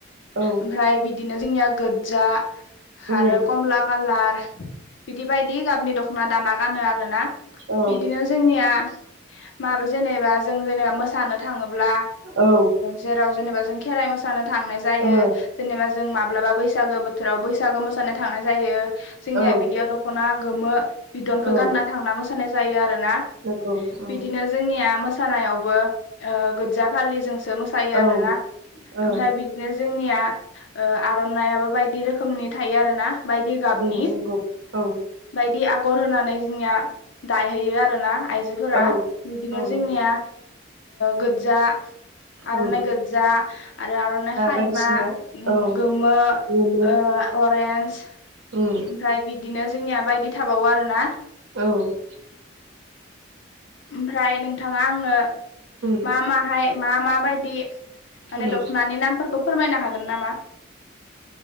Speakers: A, on the right (about 65°); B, on the left (about 65°).
A: औ
B: ओमफ्राय बिदिनो जोंनिया गोजा
A: उम
B: आरो कमला खालार। बिदिबा गाबनि दख'ना दाना गानो आरो ना।
A: औ
B: बिदिनो जोंनिया माबा जेनेबा जों जेनेबा मोसानो थाङो ब्ला
A: औ
B: जेराव जेनेबा जों खेराय मोसानो थांनाय जायो
A: औ
B: जेनेबा जों माब्लाबा बैसागो बोथोराव बैसागो मोसानो थांनाय जायो। जोंनिया
A: औ
B: बिदियाव द गोमो। बिदनखौ
A: औ
B: गानना थांना मो। मोसानाय जायो आरो। ना
A: नंगौ उम
B: बिदिनो जोंनिया मो। मोसानायावबो ओ गोजा फालि ज सो मोसायो
A: औ
B: आरोना
A: औ
B: ओमफ्राय बिदिनो जोंनिया। आर'नायाबो बायदि रोखोमनि थायो आरो ना। बायदि गाबनि।
A: उम नंगौ औ
B: बायदि आगर होनानै जोंनिया दाहैयो आरोना। आइजोफोरा
A: औ
B: बिदिनो
A: औ
B: जोंनिया
A: नंगौ
B: गोजा
A: उम
B: आर'नाइ गोज्जा आरो आर'नाइ खायमा
A: बायदिसिना औ
B: गोमो
A: गोमो
B: अरेन्ज
A: उम
B: ओमफ्राय बिदिनो। जोंनिया बायदि थाबावो आरोना।
A: औ।
B: ओमफ्राय नोंथाङा आंनो।
A: उम
B: मा माहाय मा मा। बायदि माने
A: उम
B: दखनानि नाम फोरखौ फोरमायनो हागोन नामा।